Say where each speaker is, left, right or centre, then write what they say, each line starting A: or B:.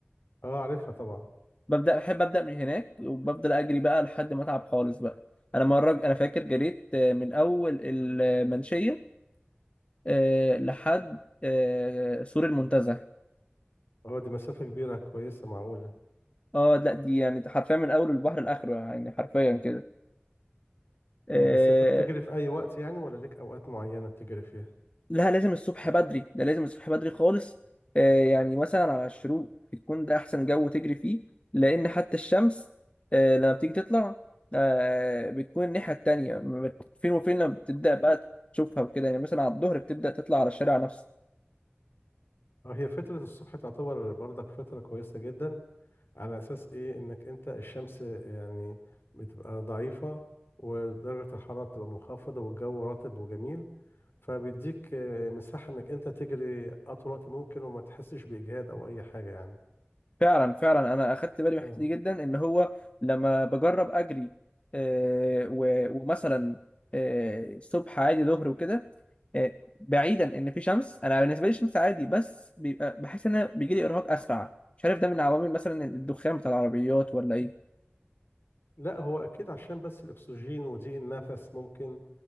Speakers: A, on the left; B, on the left.
A: آه، عارفها طبعا
B: ببدا بحب ابدا من هناك وبفضل اجري بقى لحد ما اتعب خالص بقى انا مره انا فاكر جريت آه، من اول المنشيه آه لحد آه سور المنتزه
A: اه دي مسافه كبيره كويسه معقوله
B: اه لا دي يعني حرفيا من اول البحر لاخره يعني حرفيا كده آه
A: اه بس انت بتجري في اي وقت يعني ولا ليك اوقات معينه بتجري فيها
B: لا لازم الصبح بدري ده لازم الصبح بدري خالص آه يعني مثلا على الشروق يكون ده احسن جو تجري فيه لان حتى الشمس آه لما بتيجي تطلع آه بتكون الناحيه التانيه ما بت- فين وفين لما بتبدا بقى تشوفها وكده يعني مثلا على الظهر بتبدا تطلع على الشارع نفسه
A: اه هي فترة الصبح تعتبر برضك فترة كويسة جدا على أساس إيه إنك أنت الشمس يعني بتبقى ضعيفة ودرجة الحرارة بتبقى منخفضة والجو رطب وجميل فبيديك آه، مساحة إنك أنت تجري أطول وقت ممكن وما تحسش بإجهاد أو أي حاجة يعني
B: فعلا فعلا انا اخدت بالي من
A: اه
B: الحته دي جدا ان هو لما بجرب اجري آه، و- ومثلا آه، الصبح عادي ظهر وكده آه، بعيدا ان في شمس انا بالنسبه لي الشمس عادي بس بيبقى بحس ان انا بيجي لي ارهاق اسرع مش عارف ده من عوامل مثلا الدخان بتاع العربيات ولا ايه
A: لا هو أكيد عشان بس الأكسجين وضيق النفس ممكن